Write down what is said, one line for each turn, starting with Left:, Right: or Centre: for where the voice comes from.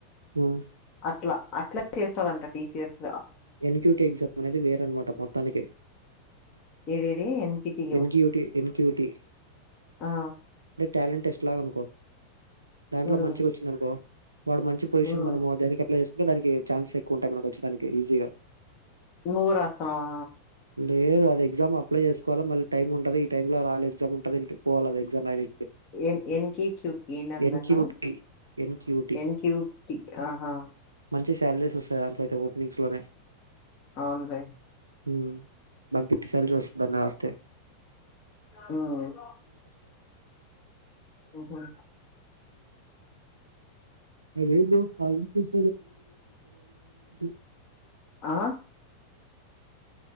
Right: హ్మ్
Left: అట్ల అట్ల చేస్తదంట TCS.
Right: N Q T exam అనేది వేరనమాట మొత్తానికే
Left: ఏదేది NPT
Right: N Q T N Q T
Left: ఆ
Right: టాలెంటెస్ట్ లాగనుకో దాంట్లో
Left: ఉమ్
Right: మంచిగొచ్చిందనుకో వాడు మంచి పొజిషన్
Left: ఉమ్
Right: మనము దేనికి అప్లై చేసుకుంటే దానికి ఛాన్స్ ఎక్కువుంటాయి మనకు అచ్చే దానికి ఈజీగా.
Left: నువ్వు రాస్తనవా.
Right: లేదు అది ఎగ్జాము అప్లై చేసుకోవాల మళ్లి టైం ఉంటది ఈ టైమ్లో రాయాలి ఎగ్జామ్ ఉంటది అంటె పోవాల అది ఎగ్జామ్ రాయనికి.
Left: యన్ యన్ కి క్యూ పి ఏందందన్నవ్.
Right: NQT NQT
Left: N Q T ఆహా.
Right: మంచి <unintelligible>
Left: అవునులే
Right: హ్మ్ బన్కి ఎంత సాలరీ ఒస్తద్దన్నా ఒస్తే.
Left: మ్మ్ ఉహు
Right: ఆ లేద్ బ్రో <unintelligible>
Left: ఆ